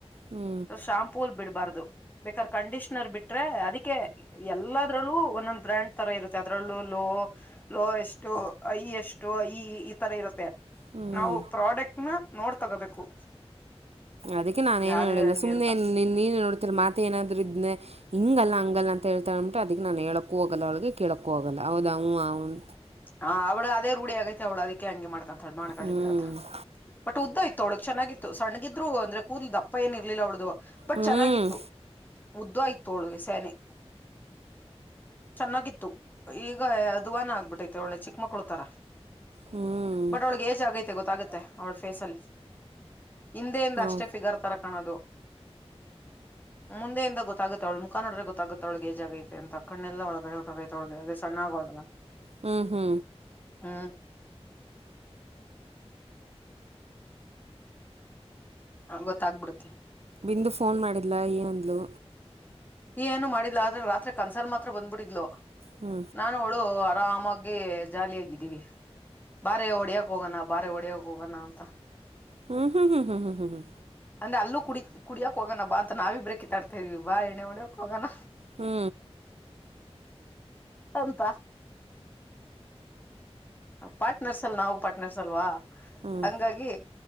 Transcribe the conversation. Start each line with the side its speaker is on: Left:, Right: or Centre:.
Right: ಹ್ಞೂ
Left: ಶಾಂಪೂಲ್ ಬಿಡ್ಬಾರ್ದು ಬೇಕಾದ್ರೆ ಕಂಡೀಷನರ್ ಬಿಟ್ರೆ ಅದಕ್ಕೆ ಎಲ್ಲದ್ರಲ್ಲೂ ಒಂದೊಂದ್ ಬ್ರ್ಯಾಂಡ್ ತರ ಇರುತ್ತೆ ಅದ್ರಲ್ಲೂ ಲೋ ಲೋಯಷ್ಟು ಹೈಯಷ್ಟು ಹೈ ಈ ತರ ಇರುತ್ತೆ.
Right: ಹ್ಞೂ
Left: ನಾವು ಪ್ರಾಡಕ್ಟ್ ನ ನೋಡ್ ತಗೋಬೇಕು.
Right: ಅದಕ್ಕೆ ನಾನೇನು
Left: ಯಾವ್ದೇ
Right: ಹೇಳಲಿಲ್ಲ
Left: ಹಂಗೆ
Right: ಸುಮ್ನೇ
Left: ಅಂತ
Right: ನೀನ್ ನೋಡ್ತರ ಮಾತ ಏನಾದ್ರು ಇದ್ನೇ. ಹಿಂಗಲ್ಲ ಹಂಗಲ್ಲ ಅಂತ ಹೇಳ್ತಾಳ್ ಅಂದ್ಬಟ್ಟು ಅದಕ್ಕೆ ನಾನು ಹೇಳೋಕ್ಕೂ ಹೋಗಲ್ಲ ಅವಳಿಗೆ ಕೇಳೋಕ್ಕೂ ಹೋಗಲ್ಲ ಹೌದಾ ಹು ಅವ್ನು
Left: ಹಾ ಅವ್ಳು ಅದೇ ರೂಢಿ ಆಗೈತೆ ಅವ್ಳು ಅದಿಕ್ಕೆ ಹಂಗೆ ಮಾಡ್ತಂತಳ ಮಾಡ್ಕಳಿ
Right: ಹ್ಞೂ
Left: ಬಿಡತ್ತ. ಬಟ್ ಉದ್ದ ಇತ್ತು ಅವ್ಳಗ್ ಚನ್ನಾಗಿತ್ತು ಸಣ್ಣಗಿದ್ರು ಅಂದ್ರೆ ಕೂದ್ಲ್ ದಪ್ಪ ಏನ್ ಇರ್ಲಿಲ್ಲ ಅವ್ಳದು. ಬಟ್
Right: ಹ್ಞೂ
Left: ಚೆನ್ನಾಗಿತ್ತು ಉದ್ದಾ ಇತ್ತು ಅವ್ಳಗೆ ಸ್ಯಾನೆ. ಚೆನ್ನಾಗಿತ್ತು ಈಗ ಅದುವಾನ ಆಗ್ಬಿಟ್ಟೈತಿ ಒಳ್ಳೆ ಚಿಕ್ಕ ಮಕ್ಳು ತರ.
Right: ಹ್ಞೂ
Left: ಬಟ್ ಅವಳಿಗೆ ಏಜ್ ಆಗೈತೆ ಗೊತ್ತಾಗತ್ತೆ ಅವ್ಳ ಫೇಸಲ್ಲಿ ಹಿಂದೆಯಿಂದ
Right: ಹ್ಞೂ
Left: ಅಷ್ಟೇ ಫಿಗರ್ ತರ ಕಾಣೋದು ಮುಂದೆಯಿಂದ ಗೊತ್ತಾಗುತ್ತೆ ಅವಳ್ಮ ಮುಖ ನೋಡ್ರೆ ಗೊತ್ತಾಗುತ್ತ ಅವ್ಳಿಗ ಏಜ್ ಆಗೈತೆ ಅಂತ ಕಣ್ಣಲ್ಲ ಒಳಗಡೆ ಹೊಟದೈತೆಳಗೆ ಅದ ಸಣ್ಣ ಆಗೋಳಲ.
Right: ಹ್ಮ ಹ್ಮ
Left: ಹ್ಮ ಹ ಗೊತ್ತಾಗ ಬಿಡುತ್ತೆ.
Right: ಬಿಂದು ಫೋನ್ ಮಾಡಿಲ್ಲ ಏನ ಅಂದ್ಲು.
Left: ಏನು ಮಾಡಿಲ್ಲ ಆದ್ರೆ ರಾತ್ರಿ ಕನ್ಸಲ ಮಾತ್ರ ಬಂದ ಬಿಡಿದ್ಲು
Right: ಹ್ಞೂ
Left: ನಾನು ಳು ಆರಾಮಾಗಿ ಜಾಲಿಯಾಗಿದ್ದೀವಿ. ಬಾರೆ ಹೊಡೆಯಕ ಹೋಗೋಣ ಬಾರೆ ಹೊಡ್ಯಕ ಹೋಗಣ ಅಂತ.
Right: ಹ್ಮ ಹ್ಮ ಹ್ಮ ಹ್ಮ ಹ್ಮ ಹ್ಮ
Left: ಅಂದ್ರೆ ಅಲ್ಲ ಕುಡಿ ಕುಡಿಯಕ ಹೋಗೋಣ ಬಾ ಅಂತ ನಾವಿಬ್ರೇ ಕಿತ್ತಾಡ್ತಾ ಇದ್ವಿ ಬಾ ಎಣ್ಣೆ ಹೊಡಿಯಕ ಹೋಗೋಣ.
Right: ಹ್ಮ
Left: ಅಂತ ಪಾರ್ಟ್ನರ್ಸ್ ಅಲ್ ನಾವು ಪಾರ್ಟ್ನರ್ಸ್ ಅಲ್ವಾ
Right: ಹ್ಞೂ
Left: ಹಂಗಾಗಿ